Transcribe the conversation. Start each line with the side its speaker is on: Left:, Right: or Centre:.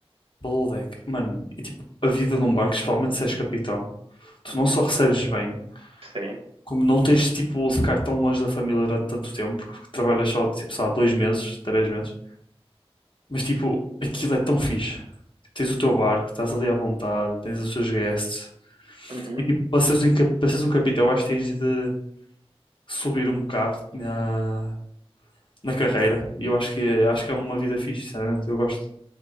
Left: Below Deck. Mano, e tipo, a vida num barco, especialmente se és capitão, tu
Right: Uhum,
Left: não só recebes bem,
Right: sim.
Left: como não tens tipo de ficar tão longe da família durante tanto tempo, porque trabalhas só tipo, sei lá, dois meses, três meses, mas tipo, aquilo é tão fixe. Tens o teu barco, estás ali à vontade, tens os teus guests,
Right: Uhum.
Left: e tipo, para seres um, cap- para seres um capitão, eu acho que tens de subir um bocado na, na carreira, e eu acho que, é- acho que é uma vida fixe, sinceramente, eu gosto.